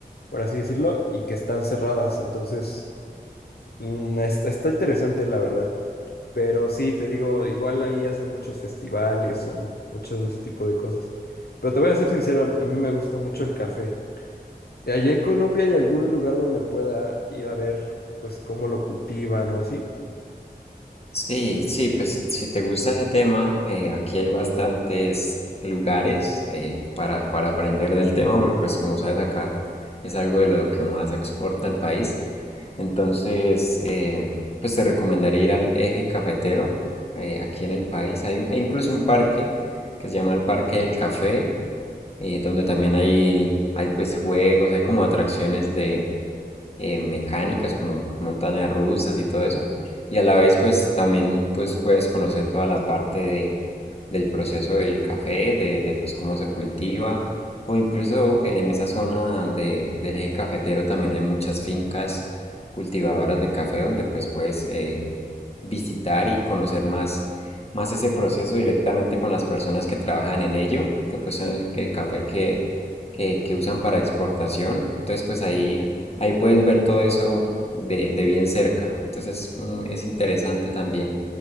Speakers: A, on the left; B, on the left.
A: por así decirlo, y que están cerradas, entonces Mm, está, está interesante, la verdad. Pero sí, te digo, igual ahí hacen muchos festivales o muchos de ese tipo de cosas. Pero te voy a ser sincero, a a mí me gusta mucho el café. ¿Y allá en Colombia hay algún lugar donde pueda ir a ver, pues, cómo lo cultivan o así?
B: Sí, sí, pues si, si te gusta ese tema, eh, aquí hay bastantes lugares eh, para, para aprender del tema, porque pues como sabes acá es algo de lo que más exporta el país. Entonces, eh, pues te recomendaría ir al Eje Cafetero, eh, aquí en el país. Hay, hay incluso un parque que se llama el Parque del Café, eh, donde también hay, hay pues juegos, hay como atracciones de eh, mecánicas como montañas rusas y todo eso. Y a la vez pues también pues puedes conocer toda la parte de, del proceso del café, de, de, pues cómo se cultiva. O incluso en esa zona de, del eje cafetero también hay muchas fincas cultivadoras de café donde pues puedes eh, visitar y conocer más, más ese proceso directamente con las personas que trabajan en ello, que pues son el, el café que, que, que usan para exportación. Entonces pues ahí
A: Sí.
B: ahí puedes ver todo eso de, de bien cerca. Entonces mm, es interesante también